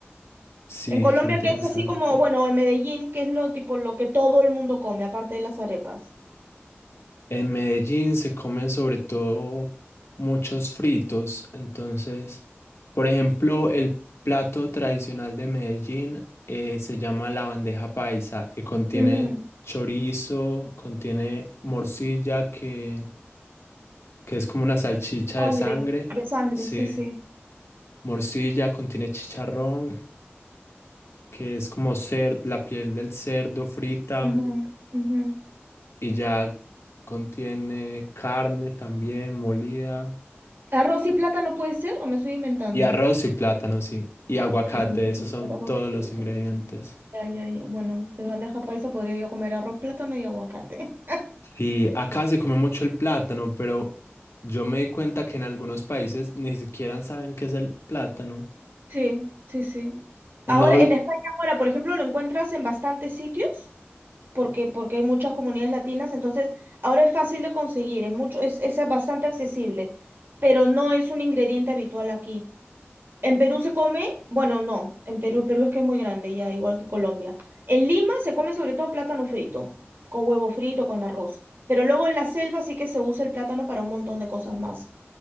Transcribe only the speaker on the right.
En Colombia
que es así como, bueno, en Medellín, que es lo tipo lo que todo el mundo come, aparte de las arepas.
Ujú.
Sangre,
de sangre,
sí, sí.
Ujú, ujú.
¿Arroz y plátano puede ser o me estoy inventando?
Qué rico
ese plátano
frito.
Ya, ya, ya. Bueno, de bandeja paisa podría yo comer arroz, plátano y aguacate. <laughs>
Sí, sí, sí.
Ahora, en España ahora, por ejemplo, lo encuentras en bastantes sitios, porque, porque hay muchas comunidades latinas, entonces ahora es fácil de conseguir, en mucho, es, es bastante accesible, pero no es un ingrediente habitual aquí. En Perú se come, bueno, no, en Perú, Perú es que es muy grande, ya, igual que Colombia. En Lima se come sobre todo plátano frito, con huevo frito, con arroz. Pero luego en la selva sí que se usa el plátano para un montón de cosas más.